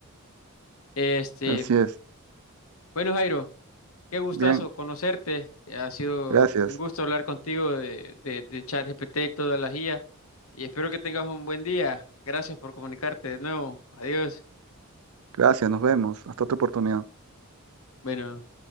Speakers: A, on the left (about 75°); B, on the right (about 85°).
A: Este,
B: Así es.
A: bueno, Jairo. Qué gustazo
B: Bien,
A: conocerte. Ha sido
B: gracias.
A: un gusto hablar contigo de, de, de ChatGPT y todas las IA. Y espero que tengas un buen día. Gracias por comunicarte de nuevo. Adiós.
B: Gracias, nos vemos. Hasta otra oportunidad.
A: Bueno.